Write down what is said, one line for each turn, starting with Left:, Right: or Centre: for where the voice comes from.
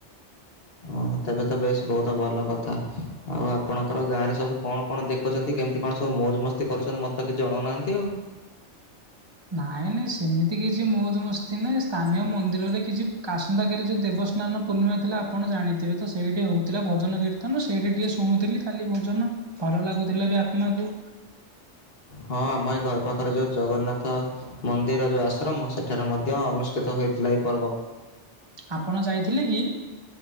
Left: ଓହୋ ତେବେ ତ ବେଶ ବହୁତ ଭଲ କଥା। ଆଉ ଆପଣଙ୍କର ଗାଁରେ ସବୁ କଣ କଣ ଦେଖୁଛନ୍ତି କେମିତି କଣ ସବୁ ମୌଜ ମସ୍ତି କରୁଛନ୍ତି? ମତେ କିଛି ଜଣାଉନାହାନ୍ତି ଆଉ?
Right: ନାଇଁ ନାଇଁ ସେମିତି କିଛି ମୌଜ ମସ୍ତି ନାହିଁ ସ୍ଥାନୀୟ ମନ୍ଦିରରେ କିଛି <unintelligible> ଆସନ୍ତାକାଲି ଯଉ ଦେବସ୍ନାନ ପୂର୍ଣିମା ଥିଲା ଆପଣ ଜାଣିଥିବେ ତ ସେଇଠି ହଉଥିଲା ଭଜନ କୀର୍ତ୍ତନ ସେଇଠି ଟିକେ ଶୁଣୁଥିଲି ଖାଲି ଭୋଜନ ଭଲ ଲାଗୁଥିଲା ବି ଆତ୍ମା କୁ।
Left: ହଁ ଆମ ଏ ଘର ପାଖରେ ଯୋଉ ଜଗନ୍ନାଥ ମନ୍ଦିର ଯୋଉ ଆଶ୍ରମ ସେଠାରେ ମଧ୍ୟ ଅନୁଷ୍ଠିତ ହେଇଥିଲା ଏଇ ପର୍ବ।
Right: ଆପଣ ଯାଇଥିଲେ କି?